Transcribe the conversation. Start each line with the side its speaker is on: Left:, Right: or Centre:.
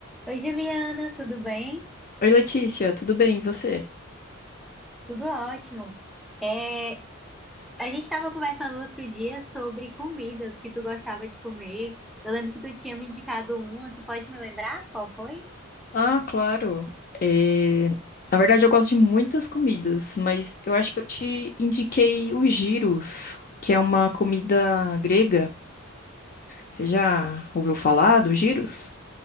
Centre: Oi, Juliana, tudo bem?
Left: Oi, Letícia, tudo bem? E você?
Centre: Tudo ótimo. É, a gente estava conversando outro dia sobre comidas que tu gostava de comer. Eu lembro que tu tinha me indicado uma, tu pode me lembrar qual foi?
Left: Ah, claro. É, Na verdade, eu gosto de muitas comidas, mas eu acho que eu te indiquei o gyros, que é uma comida grega. Você já ouviu falar do gyros?